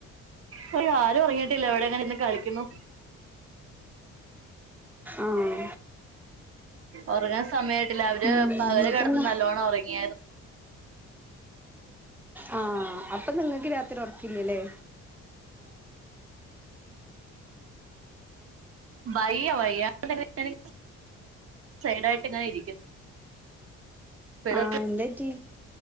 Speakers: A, on the right; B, in the centre.
A: അവര് ആരും ഉറങ്ങിട്ടില്ല ഇവിടെ ങ്ങനെന്ന് കളിക്കുന്നു
B: ആഹ്
A: ഒർങ്ങാൻ സമയായിട്ടില്ല, അവര്
B: ഉം
A: പകല്
B: എന്നിട്ടെന്താ
A: കിടന്ന് നല്ലോണം ഉറങ്ങിയരുന്നു
B: ആ അപ്പൊ നിങ്ങക്ക് രാത്രി ഉറക്കില്ലല്ലേ
A: വയ്യ വയ്യ <unintelligible> സൈഡ് ആയിട്ട് ഇങ്ങനെ ഇരിക്കുന്നു പെടും
B: ആ എന്തറ്റി